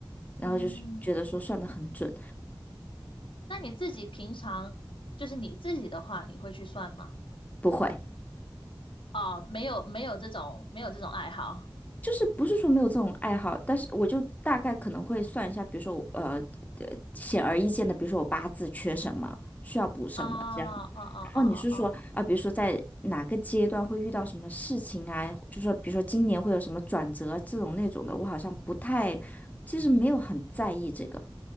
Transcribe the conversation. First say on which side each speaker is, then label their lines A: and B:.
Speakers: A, on the left; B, on the left.
A: 然后就是觉得说算的很准，
B: 嗯，那你自己平常就是你自己的话，你会去算吗？
A: 不会，
B: 哦，没有没有这种没有这种爱好
A: 就是不是说没有这种爱好，但是我就大概可能会算一下，比如说我呃呃显而易见的，比如说我八字缺什么，需要补什么这样。
B: 哦哦哦哦哦哦，
A: 然后你是说啊，比如说在哪个阶段会遇到什么事情啊，就说比如说今年会有什么转折这种那种的，我好像不太，其实没有很在意这个。